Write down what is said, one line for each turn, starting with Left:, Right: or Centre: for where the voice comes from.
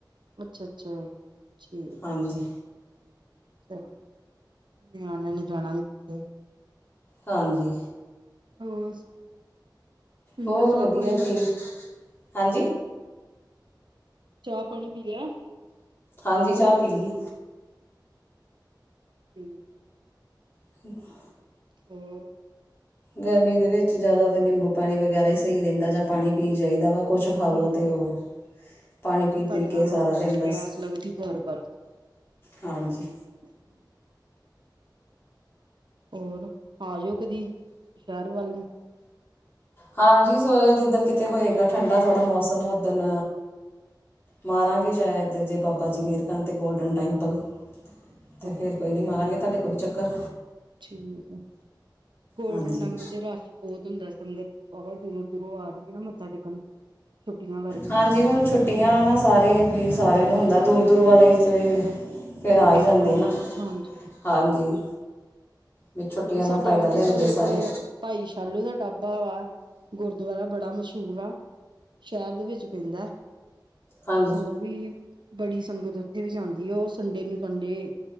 Right: ਅੱਛਾ-ਅੱਛਾ ਠੀਕ
Left: ਹਾਂਜੀ
Right: ਚਲੋ ਨਿਆਣਿਆਂ ਨੇ ਜਾਣਾ ਵੀ ਕਿੱਥੇ
Left: ਹਾਂਜੀ
Right: ਹੋਰ ਸੁਣਾਓ ਪੀ
Left: ਹੋਰ
Right: ਲਿਆ ਚਾਹ
Left: ਵਧੀਆ
Right: ਪਾਣੀ
Left: ਤੇ ਹਾਂਜੀ
Right: ਚਾਹ ਪਾਣੀ ਪੀ ਲਿਆ।
Left: ਹਾਂਜੀ ਚਾਹ ਪੀ ਲਈ ਆ।
Right: ਠੀਕ ਆ।
Left: <unintelligible>
Right: ਹੋਰ
Left: ਗਰਮੀ ਦੇ ਵਿੱਚ ਜ਼ਿਆਦਾਤਰ ਨਿੰਬੂ-ਪਾਣੀ ਵਗੈਰਾ ਹੀ ਸਹੀ ਰਹਿੰਦਾ ਜਾਂ ਪਾਣੀ ਪੀ ਜਾਈਦਾ ਵਾ। ਕੁਛ ਖਾ
Right: ਹੂੰ
Left: ਲੋ ਤੇ ਉਹ ਪਾਣੀ ਪੀ-ਪੀ
Right: ਤੁਹਾਡੇ
Left: ਕੇ
Right: ਹਾਂ
Left: ਸਾਰਾ ਦਿਨ ਬਸ,
Right: ਪਿਆਸ ਲੱਗਦੀ ਬਾਰ ਬਾਰ
Left: ਹਾਂਜੀ।
Right: <inaudible> ਹੋਰ ਆ ਜਾਓ ਕਦੀ ਸ਼ਹਿਰ ਵੱਲ ਨੂੰ।
Left: ਹਾਂਜੀ, ਸੋਇ ਜਿੱਦ ਦਿਨ ਕਿਤੇ ਹੋਏਗਾ ਠੰਡਾ ਥੋੜ੍ਹਾ ਮੌਸਮ ਉੱਦਣ ਮਾਰਾਂਗੇ ਸ਼ਾਇਦ ਜੇ ਬਾਬਾ ਜੀ ਮੇਹਰ ਕਰਨ ਤੇ ਗੋਲਡਨ ਟੈਂਪਲ।
Right: ਅੱਛਾ
Left: ਤੇ ਫੇਰ ਕੋਈ ਨਹੀਂ ਮਾਰਾਂਗੇ ਤੁਹਾਡੇ ਕੋਲ ਵੀ ਚੱਕਰ।
Right: ਠੀਕ ਹੈ, ਗੋਲਡਨ
Left: ਹਾਂਜੀ
Right: ਟੈਂਪਲ ਤੇ ਰਸ਼ ਬਹੁਤ ਹੁੰਦਾ, ਸੰਗਤ ਵਵਾ ਦੂਰੋਂ-ਦੂਰੋਂ ਆ ਰਹੀ ਹੈ ਨਾ ਮੱਥਾ ਟੇਕਣ। ਛੁੱਟੀਆਂ ਕਰਕੇ।
Left: ਹਾਂਜੀ, ਹੁਣ ਛੁੱਟੀਆਂ ਨਾ ਸਾਰੇ ਵੀ ਸਾਰਿਆਂ ਨੂੰ
Right: ਹੂੰ
Left: ਹੁੰਦਾ ਦੂਰ-ਦੂਰ ਵਾਲੇ ਤੇ ਫਿਰ ਆ
Right: ਜ਼ਿਆਦਾ
Left: ਹੀ ਜਾਂਦੇ ਨਾ,
Right: ਹਾਂਜੀ
Left: ਹਾਂਜੀ। ਵੀ ਛੁੱਟੀਆਂ
Right: ਸਾਡੇ
Left: ਦਾ ਫਾਇਦਾ
Right: ਅੰਮ੍ਰਿਤਸਰ
Left: ਲੈਂਦੇ ਸਾਰੇ।
Right: ਇੱਕ ਭਾਈ ਸ਼ਾਲੂ ਦਾ ਢਾਬਾ ਵਾ ਗੁਰਦੁਆਰਾ ਬੜਾ ਮਸ਼ਹੂਰ ਆ। ਸ਼ਹਿਰ ਦੇ ਵਿੱਚ ਪੈਂਦਾ
Left: ਹਾਂਜੀ
Right: ਉਹ ਵੀ ਬੜੀ ਸੰਗਤ ਉੱਥੇ ਵੀ ਜਾਂਦੀ ਹੈ ਉਹ ਸੰਡੇ ਨੂੰ ਸੰਡੇ।